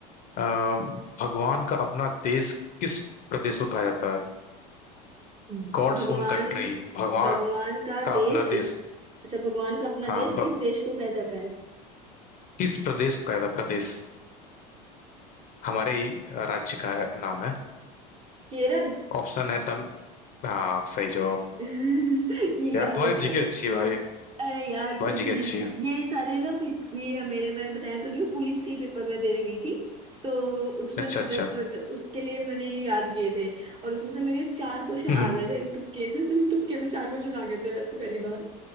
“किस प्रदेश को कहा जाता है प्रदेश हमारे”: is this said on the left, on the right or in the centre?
Left